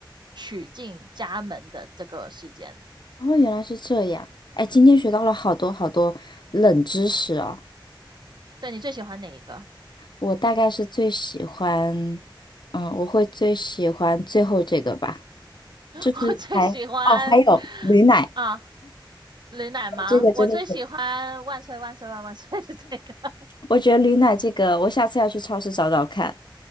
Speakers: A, on the right; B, on the left.
A: 娶进家门的这个时间。
B: 哦，原来是这样。哎，今天学到了好多好多冷知识哦。
A: 对你最喜欢哪一个？
B: 我大概是最喜欢，嗯，我会最喜欢最后这个吧，
A: <laughs>
B: 就是还哦，
A: 我最喜欢
B: 还有驴奶，
A: 啊。驴奶吗？
B: 这个真的是，
A: 我最喜欢万岁万岁万万岁 <laughs> 是这个。<laughs>
B: 我觉得驴奶这个，我下次要去超市找找看。